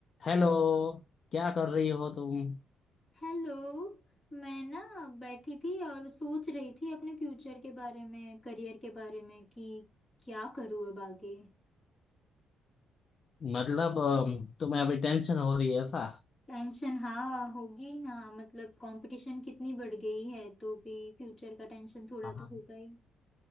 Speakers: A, on the left; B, on the left.
A: Hello क्या कर रही हो तुम
B: Hello मैं ना बैठी थी और सोच रही थी अपने फ्यूचर के बारे में करियर के बारे में कि क्या करूँ अब आगे
A: मतलब अम, तुम्हें अभी टेंशन हो रही है ऐसा
B: टेंशन हाँ होगी ना मतलब कंपटीशन कितनी बढ़ गई है तो भी फ्यूचर का टेंशन थोड़ा
A: हाँ
B: तो होगा ही